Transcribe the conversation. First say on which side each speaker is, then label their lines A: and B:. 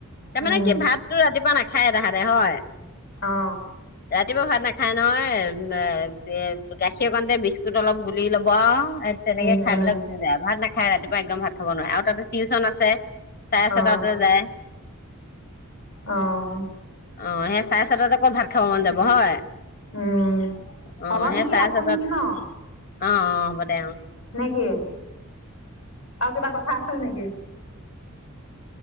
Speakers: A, on the left (about 45°); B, on the left (about 65°).
A: তাৰমানে
B: উম উম
A: কি ভাতটো ৰাতিপুৱা না <inaudible> খাই তাহাতে হয়।
B: অ
A: ৰাতিপুৱা ভাত নাখায় নহয় <inaudible> গাখীৰকণতে বিস্কুট অলপ গুলি লব আৰু এ তেনেকে
B: উম
A: খাই
B: উম
A: পেলাই গুচি যায় ভাত নেখায়। খাই ৰাতিপুৱা একদম ভাত খাব নোৱাৰে আৰু তাতে টিউচন আছে। চাৰে
B: অ
A: ছটা বজাতে যায়। অ
B: অ
A: অ সেই চাৰে ছতাতে আক ক'ত ভাত খাব মন যাব। হয়
B: উম,
A: অ
B: হব
A: সেই
B: নেকি
A: চাৰে
B: ৰা <inaudible> ৰাখো
A: ছটাত
B: নেকি ন
A: অ অ হ'ব দে অ
B: নে কি? আৰু কিবা কথা আছিল নেকি?